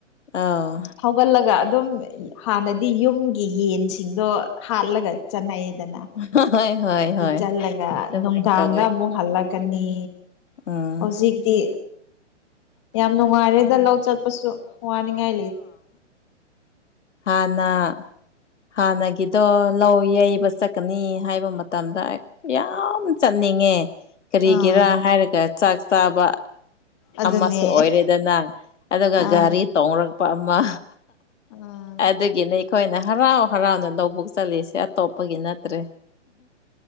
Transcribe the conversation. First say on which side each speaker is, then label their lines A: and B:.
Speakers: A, on the left (about 75°); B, on the left (about 25°).
A: ꯑꯥ
B: ꯍꯧꯒꯠꯂꯒ ꯑꯗꯨꯝ ꯍꯥꯟꯅꯗꯤ ꯌꯨꯝꯒꯤ ꯌꯦꯟꯁꯤꯡꯗꯣ ꯍꯥꯜꯂꯒꯠ ꯆꯅꯥ ꯌꯦꯗꯅ
A: ꯍ ꯍꯣꯏ ꯍꯣꯏ
B: ꯑꯗꯨ
A: ꯍꯣꯏ
B: ꯆꯠꯂꯒ
A: ꯑꯗꯨꯃꯥꯏꯅ
B: ꯅꯨꯡꯗꯥꯡꯗ
A: ꯇꯧꯋꯦ
B: ꯑꯃꯨꯛ ꯍꯜꯂꯛꯀꯅꯤ
A: ꯎꯝ
B: ꯍꯧꯖꯤꯛꯇꯤ ꯌꯥꯝ ꯅꯨꯡꯉꯥꯏꯔꯦꯗ ꯂꯧ ꯆꯠꯄꯁꯨ ꯋꯥꯅꯤꯡꯉꯥꯏ ꯂꯩꯇ꯭ꯔꯦ ꯎ
A: ꯍꯅ ꯍꯥꯟꯅꯒꯤꯗꯣ ꯂꯧ ꯌꯩꯕ ꯆꯠꯀꯅꯤ ꯍꯥꯏꯕ ꯃꯇꯝꯗ ꯌꯥꯝ ꯆꯠꯅꯤꯡꯉꯦ ꯀꯔꯤꯒꯤꯔꯥ
B: ꯑꯥ
A: ꯍꯥꯏꯔꯒ ꯆꯥꯛ ꯆꯥꯕ
B: ꯑꯗꯨꯅꯦ
A: ꯑꯃꯁꯨ ꯑꯣꯏꯔꯦꯗꯅ ꯑꯗꯨꯒꯒ
B: ꯑꯥ
A: ꯒꯥꯔꯤ ꯇꯣꯡꯡꯂꯛꯄ ꯑꯃ
B: ꯑꯥ
A: ꯑꯗꯨꯒꯤꯅꯤ ꯑꯩꯈꯣꯏꯅ ꯍꯔꯥꯎ ꯍꯔꯥꯎꯅ ꯂꯧꯕꯛ ꯆꯠꯂꯤꯁꯦ ꯑꯇꯣꯞꯄꯒꯤ ꯅꯠꯇ꯭ꯔꯦ